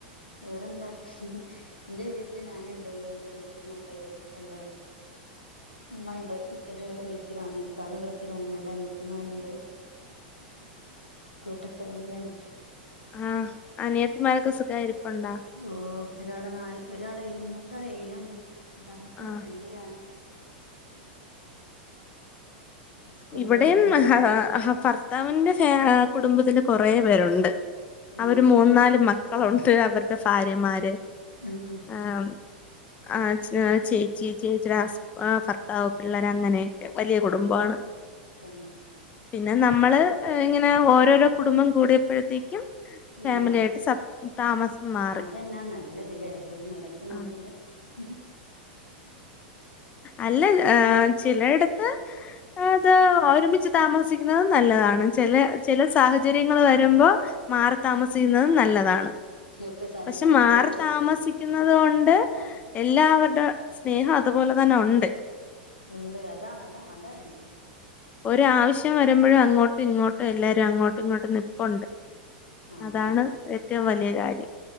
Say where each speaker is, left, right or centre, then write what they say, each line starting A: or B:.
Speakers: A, on the left; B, on the left.
A: വേറെന്താ എന്റെ വീട്ടില് ഞാനുണ്ട് എറെ വല്ലയമ്മ ഉണ്ട് ഉപ്പ ഉണ്ട് ഉമ്മണ്ട് ഇപ്പ ഗൾഫിലാണ് ഇക്കക ഗൾഫിലാണ് രണ്ട് അനിയത്തിമാരുണ്ട് കൂട്ട ഫാമിലിആണ്
B: ആഹ്അനിയത്തിമാരൊക്കെ സുഖാരിപ്പുണ്ടോ
A: ഓ ഒരാള് നാല് ഒരാള ഏഴിലാണ് മൂന്നത്തെ ആള് ഏയിലാണ് രണ്ടാ മത്തെ
B: ആഹ്
A: ആൾ രണ്ടിലാണ് സ്കൂള്
B: ഇവിടെയും
A: പോയത് രണ്ടാള്
B: ഹ ഹ ഫസ്റ്റ് അവന്റെ ഫാ കുടുംബത്തില് കൊറെ പേരുണ്ട്
A: പിന്നെ
B: അവര് മൂന്ന് നാല് മക്ക മക്കളുണ്ട് അവരുടെ ഭാര്യമാര്
A: ഉം ഉം
B: ആം ആഹ് ചേച്ചിചേച്ചിയുടെ ഹസ് ആ ഭർത്താവ് പിള്ളേര് അങ്ങനെയൊക്കെ വലിയ കുടുംബമാണ്
A: തന്നെ
B: പിന്നെ നമ്മള് ഇങ്ങനെ ഓരോരോ കുടുംബം കൂടിയപ്പോഴത്തേക്കും
A: ങ്ങള്
B: ഫാമിലി
A: മാറി
B: ആയിട്ട് സ താമസം മാറി
A: അതെന്നാ നല്ലത് ലേ ഒര് നിലക്ക് നോക്കുമ്പൊ
B: ആ
A: ഹും ഹും.
B: അല്ല ചിലയിടത്ത്. അത് ഒരുമിച്ച് താമസിക്ക്ന്നത് നല്ലതാണ് ചെലെ ചെലെ സാഹചര്യങ്ങള് വര്മ്പൊ മാറി താമസിക്ക്ന്ന നല്ലതാണ്
A: ഒക്കെ സാഹചര്യം
B: പഷെ മാറി
A: പോലെ
B: താമസി
A: ഇരിക്കും
B: കുന്നത് കൊണ്ട് എല്ലാവര്ടെ സ്നേഹം അതുപോല തന്നൊണ്ട്.
A: ഉണ്ട് അതാണ് അതാണ് അതാ വേണ്ട്യെ
B: ഒരാവശ്യം വരുമ്പഴും അങ്ങോട്ടും ഇങ്ങോട്ടും എല്ലാരും അങ്ങോട്ടുങ്ങോട്ടും നിപ്പൊണ്ട്
A: ആഹ്
B: അതാണ് ഏറ്റോം വല്ല്യെ കാര്യം